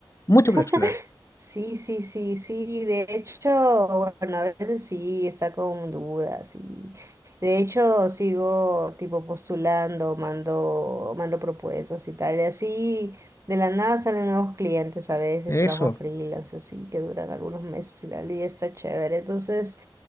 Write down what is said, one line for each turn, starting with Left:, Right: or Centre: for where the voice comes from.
Left: Mucho
Right: <laughs>
Left: por explorar.
Right: Sí, sí, sí, sí. De hecho, bueno, a veces sí está con dudas y de hecho sigo tipo postulando, mando, mando propuestas y tal. Y así de la nada salen nuevos clientes a veces,
Left: Eso.
Right: trabajo freelance así que duran algunos meses y tal y está chévere. Entonces,